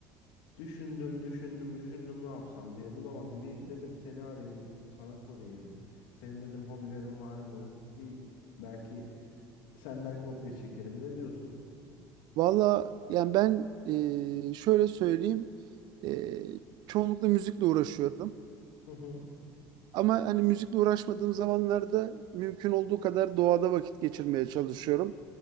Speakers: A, on the left; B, on the right.
A: Düşündüm, düşündüm, düşündüm ne yapsam diye bulamadım. Bir dedim seni arayayım, sana sorayım. Senin dedim hobilerin var mı? Bir belki senden kopya çekerim. Ne diyorsun?
B: Valla yani ben e, şöyle söyleyeyim e, çoğunlukla müzikle uğraşıyorum.
A: Hı hı,
B: Ama hani müzikle uğraşmadığım zamanlarda mümkün olduğu kadar doğada vakit geçirmeye çalışıyorum.